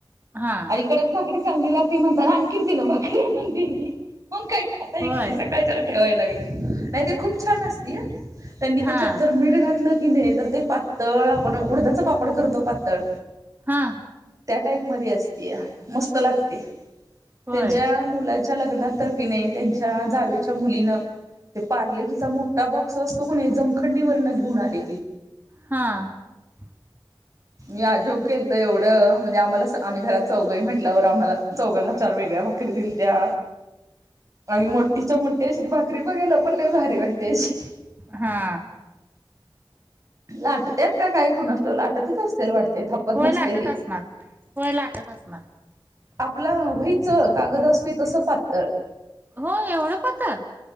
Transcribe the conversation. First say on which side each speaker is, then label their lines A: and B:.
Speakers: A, on the right; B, on the right.
A: हा
B: आणि कडक भाकरी चांगली लागतेय म्हणता न आणखीन तीन भाकरी आणून दिली. कोण काय खाता
A: होय
B: किे सकाळीच्याला त्या लागली नाही ते खुप छान असती हं त्यांनी त्याच्यात
A: हा
B: जर मीठ घातलं लं की नाही तर ते पातळ आपण उडदाच पापड करतो पातळ
A: हां.
B: त्या टाईपमध्ये असतीया मस्त लागते.
A: होय
B: त्यांच्या मुला च्या लग्नात तर कीने त्यांच्या जावे च्या मुलींन ते पारलेजी चा मोठ्ठा बॉक्स असतो की नई जमखंडी वरन घेऊन आले.
A: हां. <inaudible>
B: मी आजोब केलत एवढं म्हंजे आम्हाला स आम्ही घरात चौघ आय म्हटल्यावर आम्हाला चौघांना चार वेगळ्या भाक करी दिलंत्या आणि मोठ्ठीच्या मोठ्ठी अशी ती भाकरी बघायला पण लई भारी वाटते अशी.
A: हा
B: लाटत्यात? क काय कुणास ठाउ लाटतच असत्याल वाटतं. ते थापत
A: होय
B: नसते
A: लाटत
B: ली
A: असणार होय लाटत असणार
B: आपला वही चा कागद असतोय तसं पातळ!
A: हो एवढं पातळ?